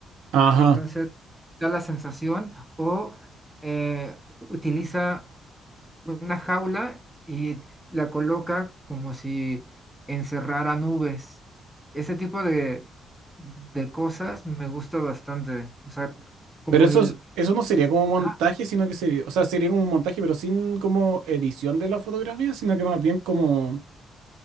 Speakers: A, on the right (about 65°); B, in the centre.
A: Ajá.
B: Entonces, da la sensación o eh, utiliza una jaula y la coloca como si encerrara nubes. Ese tipo de, de cosas me gusta bastante. O sea, como
A: Pero eso,
B: el...
A: es- eso no sería como montaje,
B: Ah,
A: sino que sería, o sea, sería como un montaje, pero sin como edición de la fotografía, sino que más bien como, o